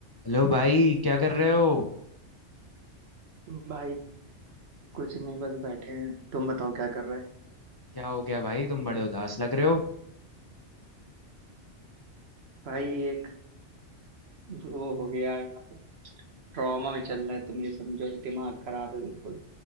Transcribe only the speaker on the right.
भाई कुछ नहीं बस बैठे हैं तुम बताओ क्या कर रहे हैं
भाई एक वो हो गया है ट्रॉमा में चल रहा है तुम ये समझो दिमाग खराब है बिल्कुल